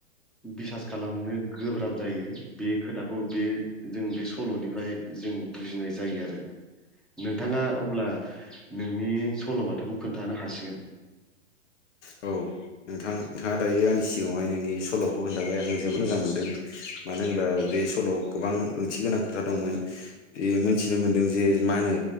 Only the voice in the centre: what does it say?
बिसास खालामनो गोब्राब जायो। बे खोथाखौ बे जों बे सल'निफ्राय जों बुजिनाय जायो आरो। नोंथांङा अब्ला नोंनि सल'बाथाखौ खोन्थानो हासिगोन।